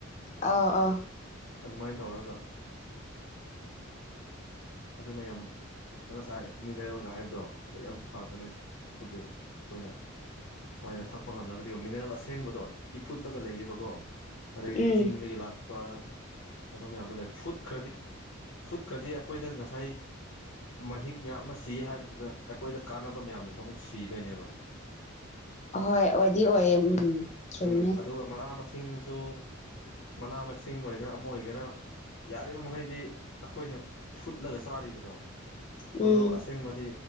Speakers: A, on the left; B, on the left.
A: ꯑꯧ ꯑꯧ
B: ꯑꯗꯨꯃꯥꯏꯅ ꯇꯧꯔꯒ ꯑꯗꯨꯅ ꯌꯥꯝ ꯑꯗꯣ ꯉꯁꯥꯏ ꯃꯤꯅꯔꯦꯜꯒ ꯍꯥꯏꯕꯗꯣ ꯑꯗꯨ ꯌꯥꯝ ꯐꯕꯅꯦꯕꯨꯗꯤ ꯑꯩꯈꯣꯏꯅ ꯁꯨꯃꯥꯏꯅ ꯊꯛꯄ ꯉꯝꯂꯒꯗꯤꯀꯣ ꯃꯤꯅꯔꯦꯜ ꯑꯁꯦꯡꯕꯗꯣ ꯏꯐꯨꯠꯇꯒ ꯂꯩꯌꯦꯕꯀꯣ ꯑꯗꯒꯤꯗꯤ
A: ꯎꯝ
B: ꯆꯤꯡꯗꯒꯤ ꯂꯥꯛꯄ ꯑꯗꯨꯝ ꯃꯌꯥꯝꯅꯣ ꯂꯩ ꯐꯨꯗ ꯈꯔꯗꯤ ꯐꯨꯠꯀꯗꯤ ꯑꯩꯈꯣꯏꯗ ꯉꯁꯥꯏ ꯃꯍꯤꯛ ꯃꯌꯥꯝ ꯑꯃ ꯁꯤ ꯍꯥꯏꯕꯗꯨꯗ ꯑꯩꯈꯣꯏꯗ ꯀꯥꯟꯅꯕ ꯃꯌꯥꯝꯗꯁꯨ ꯑꯃꯨꯛ ꯁꯤꯗꯣꯏꯅꯦꯕ
A: ꯑꯍꯣꯏ ꯑꯣꯏꯗꯤ ꯑꯣꯏꯌꯦ ꯎꯝꯝ ꯆꯨꯝꯃꯦ
B: ꯎꯝ ꯑꯗꯨꯒ ꯃꯅꯥ ꯃꯁꯤꯡꯁꯨ ꯃꯅꯥ ꯃꯁꯤꯡ ꯑꯣꯏꯒꯦꯔꯥ ꯑꯃ ꯑꯣꯏꯒꯦꯔꯥ ꯌꯥꯔꯤꯕ ꯃꯈꯩꯗꯤ ꯑꯩꯈꯣꯏꯅ ꯐꯨꯠꯂꯒ ꯆꯥꯔꯤꯕꯗꯣ
A: ꯎꯝ
B: ꯃꯗꯨ ꯑꯁꯦꯡꯕꯗꯤ